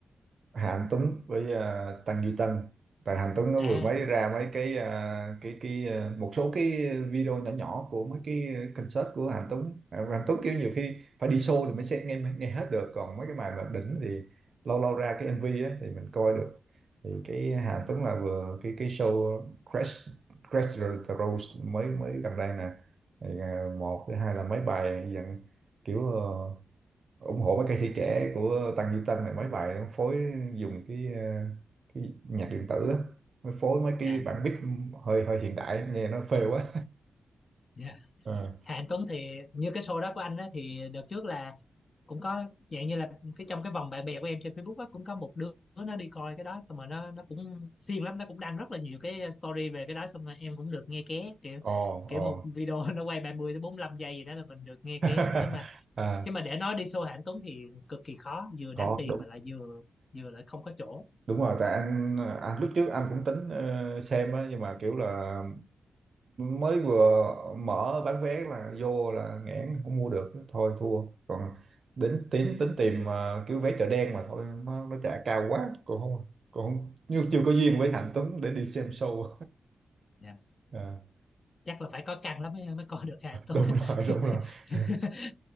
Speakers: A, on the right; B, on the left.
A: Hà Anh Tuấn với à, Tăng Duy Tân tại Hà Anh Tuấn nó
B: À
A: vừa mới ra mấy cái à, cái cái à, một số cái video nhỏ nhỏ của mấy cái concert của Hà Anh Tuấn À, Hà Anh Tuấn kiểu nhiều khi phải đi show thì mới sẽ nghe nghe hết được còn mấy cái bài mà đỉnh thì lâu lâu ra cái MV á, thì mình coi được thì cái Hà Anh Tuấn là vừa cái cái show Crash Crash the the Rose mới mới gần đây nè thì, à, một thứ hai là mấy bài dạng kiểu ờ, ủng hộ mấy ca sĩ trẻ của Tăng Duy Tân này mấy bài nó phối dùng cái ờ, cái nhạc điện tử á mới phối mấy cái
B: à
A: bản beat hơi hơi hiện đại nghe nó phê quá
B: dạ.
A: <laughs> ờ
B: Hà Anh Tuấn thì như cái show đó của anh á, thì đợt trước là cũng có dạng như là cái trong cái vòng bạn bè của em trên Facebook á cũng có một đứa nó đi coi cái đó xong rồi nó nó cũng siêng lắm nó cũng đăng rất là nhiều cái story về cái đó xong rồi em cũng được nghe ké kiểu
A: ồ
B: kiểu một
A: ồ
B: video <laughs> nó quay 30 tới bốn lăm giây gì đó là mình được nghe
A: <laughs>
B: ké chứ mà
A: à,
B: chứ mà để nói đi show hàng Tuấn thì cực kỳ khó vừa
A: có
B: đắt tiền
A: đúng
B: mà lại vừa vừa lại không có chỗ
A: đúng rồi tại anh, anh lúc trước anh cũng tính ờ, xem á nhưng mà kiểu là mới vừa mở bán vé là vô là nghẽn không mua được thôi thua còn đến tính tính tìm ờ, kiểu vé chợ đen mà thôi nó, nó trả cao quá còn không còn không nhưng chưa có duyên với Hạnh Tuấn để đi xem show
B: Dạ.
A: <laughs> à,
B: chắc là phải có căn lắm mới mới coi được hàng Tuấn
A: đúng rồi đúng rồi
B: <laughs>
A: <laughs>